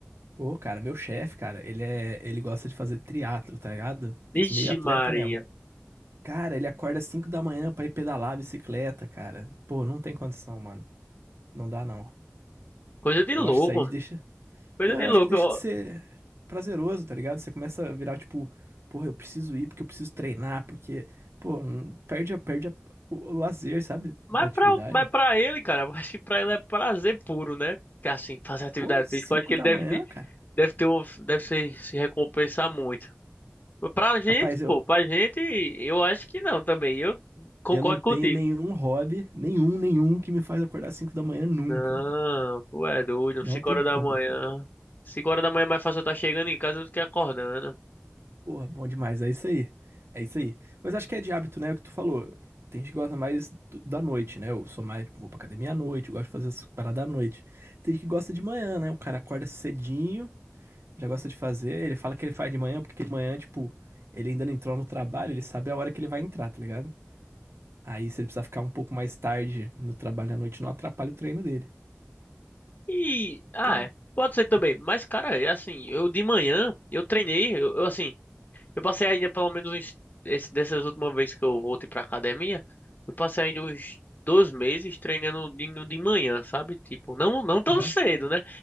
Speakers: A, on the right (about 65°); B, on the left (about 40°).
A: Pô, cara, meu chefe, cara, ele é, ele gosta de fazer triatlo, tá ligado? Pique
B: Ixi,
A: meio atleta
B: Maria.
A: mesmo. Cara, ele acorda 5 da manhã pra ir pedalar a bicicleta, cara. Pô, não tem condição, mano. Não dá não.
B: Coisa de
A: Eu
B: louco,
A: acho que isso aí
B: mano.
A: deixa,
B: Coisa
A: Não,
B: de
A: eu
B: louco.
A: acho que deixa
B: ó.
A: de ser prazeroso, tá ligado? Você começa a virar tipo, porra, eu preciso ir porque eu preciso treinar, porque, pô, n- perde, a- perde a- o, o lazer, sabe?
B: Mas
A: Da atividade.
B: pra, mas pra ele, cara, eu acho que pra ele é prazer puro, né? Que Assim, fazer atividade
A: Pô, 5
B: física, eu acho que ele
A: da
B: deve,
A: manhã,
B: se-
A: cara.
B: deve ter um, deve se, se recompensar muito. Pra gente,
A: Rapaz, eu,
B: pô, pra gente, eu acho que não também. Eu concordo
A: eu não tenho
B: contigo.
A: nenhum hobby, nenhum, nenhum que me faz acordar 5 da manhã nunca,
B: Não,
A: mano.
B: tu é doido.
A: Não
B: cinco
A: tem
B: horas
A: como,
B: da manhã.
A: pô.
B: 5 horas da manhã é mais fácil eu estar chegando em casa do que acordando.
A: Porra, bom demais, é isso aí. É isso aí. Mas acho que é de hábito, né? O que tu falou. Tem gente que gosta mais do- da noite, né? Eu sou mais, tipo, vou pra academia à noite, eu gosto de fazer as paradas à noite. Tem gente que gosta de manhã, né? O cara acorda cedinho, já gosta de fazer. Ele fala que ele faz de manhã, porque de manhã, tipo, ele ainda não entrou no trabalho, ele sabe a hora que ele vai entrar, tá ligado? Aí, se ele precisar ficar um pouco mais tarde no trabalho à noite, não atrapalha o treino dele.
B: E, ah,
A: Que é.
B: é, pode ser também. Mas, cara, é assim, eu de manhã, eu treinei, eu, eu, assim, Eu passei ainda pelo menos uns, esse, dessas últimas vezes que eu voltei pra academia, eu passei ainda uns dois meses treinando de, no- de manhã, sabe? Tipo, não, não tão
A: Aham.
B: cedo, né?